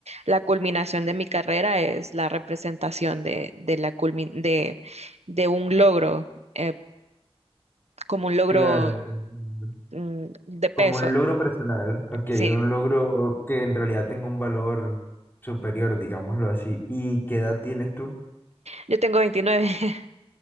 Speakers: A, on the right (about 85°); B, on the left (about 20°).
A: la culminación de mi carrera es la representación de, de la culmin- de, de un logro, eh, como un logro,
B: Claro, te entiendo.
A: mm, de peso.
B: Como un logro personal, ok,
A: Sí,
B: un logro que en realidad tenga un valor superior, digámoslo así. ¿Y qué edad tienes tú?
A: yo tengo veintinueve <laughs>